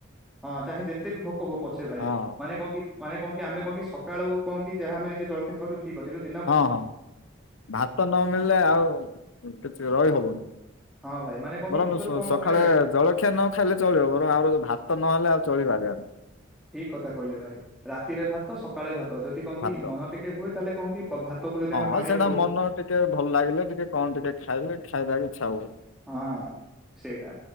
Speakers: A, in the centre; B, on the left.
A: ହଁ ଚାହେଁ ଯେତେ ବି ଭୋକ ହଉ ପଛେ ଭାଇ
B: ହଁ
A: ମାନେ କଣ କି ମାନେ କଣ କି ଆମେ କଣକି ସକାଳୁ କଣ କି ଯାହା ଆମେ ନିଜେ ଜଳଖିଆ ଖାଉଛୁ ଠିକ୍ ଅଛି, ସେଯୋଉଁ
B: ହଁ ହଁ ଭାତ ନ ମିଳିଲେ ଆଉ କିଛି ରହି ହବନି।
A: ହଁ ଭାଇ ମାନେ କଣ କି
B: ବରଂ
A: ଭିତରୁ
B: ସ
A: କଣ
B: ସକାଳେ
A: ଗୋଟେ
B: ଜଳ ଖ୍ୟା ନ ଖାଇଲେ ଚଳିବ ବରଂ ଆ ଭାତ ନହେଲେ ଆଉ ଚଳିପାରିବନି।
A: ଠିକ କଥା କହିଲେ ଭାଇ ରାତିରେ ଭାତ ସ କାଳେ ଭାତ ଯଦି କଣ କି
B: ଭାତ
A: ମନ ଟିକେ ହୁଏ ତାହେଲେ କହ କି ଭାତକୁ ଯଦି
B: ହଁ
A: ଆମେ ପାଣିରେ
B: ସେଇଟା
A: ପୁ
B: ମନ ଟିକେ ଭଲ ଲାଗିଲେ ଟିକେ କଣ ଟିକେ ଖାଇଲେ ଖାଇବାକୁ ଇଚ୍ଛା ହୁଏ।
A: ହଁ ସେଇଟା